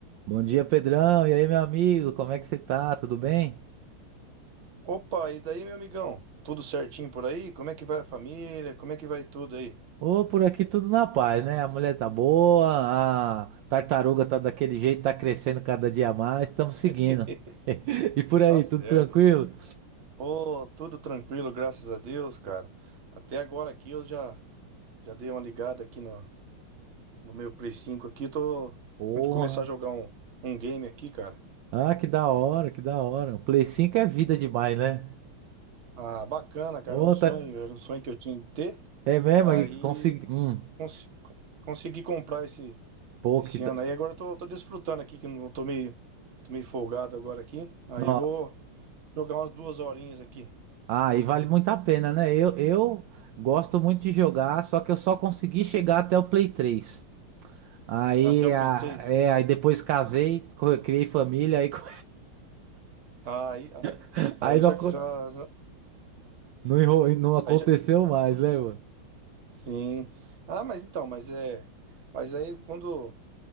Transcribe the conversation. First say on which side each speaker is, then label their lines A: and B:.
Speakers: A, on the right (about 75°); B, on the right (about 45°).
A: Bom dia, Pedrão. E aí, meu amigo? Como é que você tá? Tudo bem?
B: Opa, e daí, meu amigão? Tudo certinho por aí? Como é que vai a família? Como é que vai tudo aí?
A: Ô, por aqui tudo na paz, né? A mulher tá boa, a tartaruga tá daquele jeito, tá crescendo cada dia mais, estamos seguindo.
B: <laughs>
A: <laughs> E por aí,
B: Tá certo.
A: tudo tranquilo?
B: Ô, tudo tranquilo, graças a Deus, cara. Até agora aqui eu já já dei uma ligada aqui no, no meu Play 5 aqui, tô
A: Porra.
B: de começar a jogar um, um game aqui, cara.
A: Ah, que da hora, que da hora. O Play 5 é vida demais, né?
B: Ah, bacana, cara,
A: Ô,
B: um sonho,
A: tá...
B: era um sonho que eu tinha de ter.
A: É mesmo,
B: Aí
A: aí consegui. Hum,
B: cons- consegui comprar esse
A: pô,
B: esse
A: que da.
B: ano aí. Agora eu tô, tô desfrutando aqui, que eu não tô meio, tô meio folgado agora aqui. Aí
A: Não.
B: eu vou. Jogar umas duas horinhas aqui.
A: Ah, e vale muito a pena, né? Eu, eu gosto muito de jogar, só que eu só consegui chegar até o Play 3. Aí,
B: Até o Play
A: a-
B: três
A: é, aí depois casei, co- criei família, aí, co-
B: Ah, Aí, ah,
A: <laughs> aí
B: aí
A: não,
B: já,
A: acon-
B: já, já-
A: não, enro- não aconteceu
B: Aí já.
A: mais, né, mano?
B: Sim. Ah, mas então, mas é. Mas aí quando.